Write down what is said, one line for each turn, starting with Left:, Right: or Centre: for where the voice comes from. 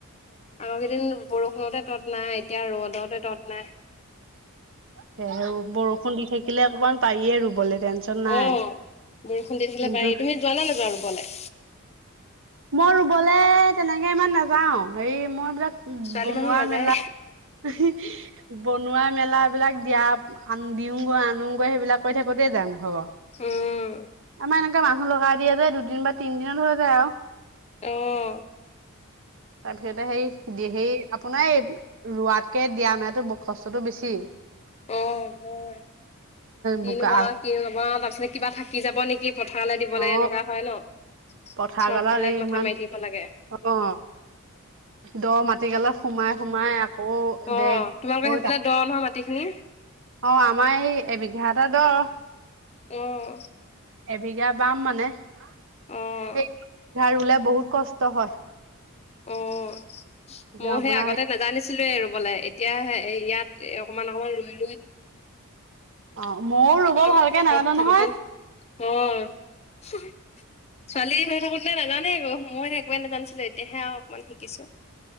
Left: আগকেইদিন বৰষুণতে তত, নাই এতিয়া ৰ'দতে তত নাই।
Right: সেহে বৰষুণ দি থাকিলে অকমান পাৰিয়ে ৰুবলৈ। টেনচন নাই
Left: অ বৰষুণ দি থাকিলে
Right: কিন্তু
Left: পাৰি, তুমি যোৱা নে নেযোৱা ৰুবলে।
Right: মই ৰুবলে' তেনেকে ইমান নাযাও, হেৰি মই বিলাক
Left: ছোৱালী
Right: বনোৱা
Left: মানুহ নাযায়
Right: মেলা <unintelligible> বনোৱা মেলা। সেইবিলাক দিয়া আন দিওগৈ আনোগৈ সেইবিলাক কৈ থাকোতেই যাই মানে। হব,
Left: উম
Right: আমাৰ এনেকে মানুহ লগাই দিয়া যে দুদিন বা তিন দিনত হৈ যায় আৰু।
Left: অ',
Right: তাৰপিছতে সেই, সেই আপোনাৰ এই ৰোৱাকে, দিয়া মানেতো কষ্টটো বেছি।
Left: অ হয়, কিনোবনাও
Right: বোকা
Left: কিনো নবনাও তাৰপিছত কিবা থাকি যাব নেকি পথাৰলৈ দিবলৈ
Right: অ
Left: এনেকুৱা হয় ন।
Right: পথাৰ
Left: চব
Right: গলত
Left: ফালে
Right: এই
Left: মাথা
Right: ইমান
Left: মাৰি থাকিব লাগে
Right: অ। দ মাটিকালত সোমাই সোমাই
Left: অ',
Right: দে <unintelligible>
Left: তোমালোকৰ সেইফালে দ নহয় মাটিখিনি
Right: অ' আমাৰ এই এ। <unintelligible>
Left: অহ।
Right: এবিঘা বাম মানে। বিঘা
Left: অ',
Right: ৰুলে বহুত কষ্ট হয়।
Left: অ'
Right: এতিয়া
Left: মই
Right: আপোনাৰ
Left: সেই আগতে
Right: হে
Left: নাজানি ছিলোৱে ৰুবলে এতিয়াে এ ইয়াত অকণমান অকণমান ৰ
Right: অ' মইও ৰুব
Left: আগতে
Right: ভালকে
Left: ঘৰত
Right: নাজানো
Left: থাকোতে
Right: নহয়।
Left: অ' ছোৱালী হৈ থাকোতে নাজানে একো মইও একোৱেই নেজানিছিলো। এতিয়াহে আৰু অকমান শিকিছো।